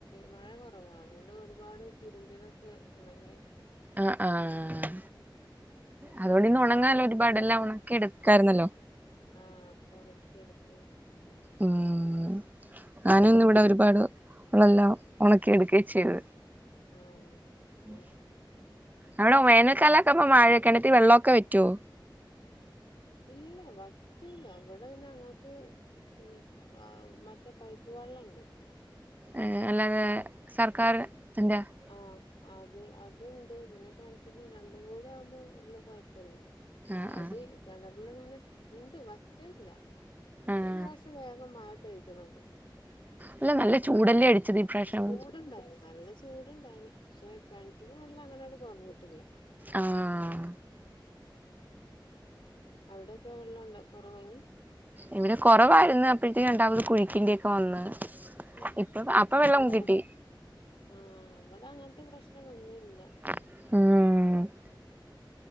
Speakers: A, on the left (about 85°); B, on the right (about 20°).
A: മഴ കൊറവാ അതുകൊണ്ട് ഒരുപാട് തിരുമ്പിയതൊക്കെ ഒണങ്ങി
B: ആഹ് ആഹ്
A: ആഹ്
B: അതോണ്ട് ഇന്ന് ഒണങ്ങാല്ലെ ഒരുപാടെല്ലാം ഒണക്കി എടുക്കാരുന്നല്ലോ
A: ആഹ് <unintelligible> എടുക്കും ഉം
B: ഊം ഞാനും ഇന്ന് ഇവിടെ ഒരുപാട് ഉള്ളെല്ലാം ഒണക്കി എടുക്കെ ചെയ്ത്
A: ആഹ് അതന്നെ
B: ഉം അവിടെ വേനൽക്കാലൊക്കാവുമ്പോ കെണറ്റിൽ വെള്ളവൊക്കെ വറ്റുവോ?
A: ഇല്ല വറ്റൂല്ല ഇവിടെ പിന്നെ ഞങ്ങക്ക് പിന്നെ മറ്റേ പൈപ്പ് ഉപ്പ് വെള്ളണ്ട്
B: ഏഹ് അല്ലാഞ്ഞാ സർക്കാര് <unintelligible>
A: ആഹ് അത് അതുണ്ട് പിന്നെ കിണറ്റിലും രണ്ടും കൂടെ ആവുമ്പോ വല്ല്യ കൊഴപ്പല്ല
B: ആഹ്
A: അടി
B: ആഹ്
A: കെണറിലിങ്ങനെ ഇണ്ട് വറ്റലില്ല
B: ആഹ്
A: ഈ പ്രാശ്യം വേഗം മഴ പെയ്തുണുണ്ടോ
B: അല്ല നല്ല ചൂടല്ലേ അടിച്ചത് ഇപ്രാവശ്യം
A: ചൂടുണ്ടോ നല്ല ചൂടുണ്ടായിനിം പക്ഷെ കെണറ്റില് വെള്ളം അങ്ങനങ്ങട് കൊറഞ്ഞിട്ടില്ല
B: ആഹ്
A: അവിടൊക്കെ വെള്ളണ്ടോ കൊറവയ്നിം
B: ഇവിടെ കൊറവായിരുന്നു അപ്പഴത്തേക്ക് രണ്ടാമത് കുഴിക്കേണ്ടിയൊക്കെ വന്ന്
A: ആ,
B: ഇപ്പൊ അപ്പ വെള്ളം
A: ഇവിടെ
B: കിട്ടി
A: ആഹ് അവടെ അങ്ങനത്തെ പ്രശ്നം വന്നില്ല
B: ഉം